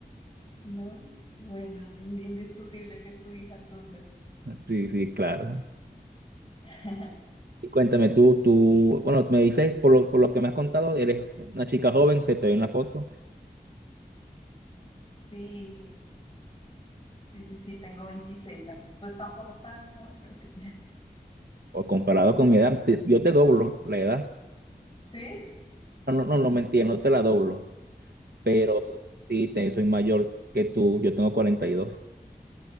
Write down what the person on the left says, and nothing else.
¿no? Bueno, in- indiscutible que es tu hija entonces.
<laughs>
Sí, sí, sí, sí, tengo 26 años. Pues tampoco tan joven, pero sí.
<laughs> ¿Sí?
Ah,